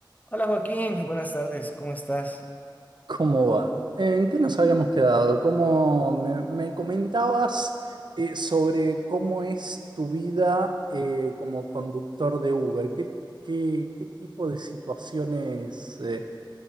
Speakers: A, on the left; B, on the right.
A: Hola Joaquín, buenas tardes, ¿cómo estás?
B: ¿Cómo va? ¿En qué nos habíamos quedado? ¿Cómo me, me comentabas eh, sobre cómo es tu vida eh, como conductor de Uber? ¿Qué, qué- qué tipo de situaciones eh,